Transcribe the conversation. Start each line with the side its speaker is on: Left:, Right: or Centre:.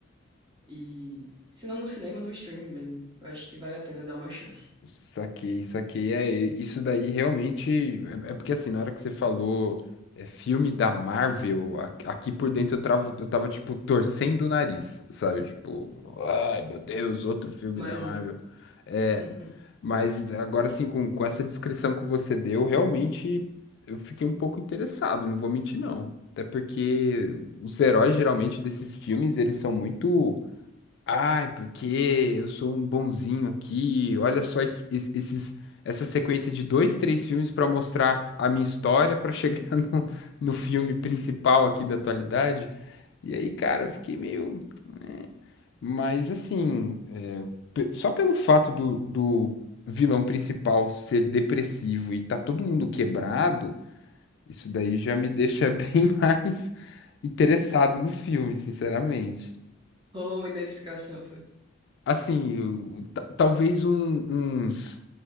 Right: E se não no cinema, no streaming mesmo. Eu acho que vale a pena dar uma chance.
Left: Saquei, saquei. É, e- isso daí realmente. É, é porque assim, na hora que você falou é, filme da Marvel, a- aqui por dentro eu, travo, eu tava, tipo, torcendo o nariz, sabe? Tipo, ai meu Deus, outro filme
Right: Mais
Left: da Marvel.
Right: um.
Left: É,
Right: <laughs>
Left: Mas agora assim, com, com essa descrição que você deu, realmente eu fiquei um pouco interessado, não vou mentir não. Até porque os heróis geralmente desses filmes, eles são muito, ai, porque eu sou um bonzinho aqui. Olha só es- es- esses essa sequência de dois, três filmes para mostrar a minha história para chegar <laughs> no, no filme principal aqui da atualidade. E aí, cara, eu fiquei meio. "É, mas assim, é, pe- só pelo fato do, do vilão principal ser depressivo e tá todo mundo quebrado, isso daí já me deixa <laughs> bem mais interessado no filme, sinceramente.
Right: Rolou uma identificação, foi.
Left: Assim, o- ta- talvez um- uns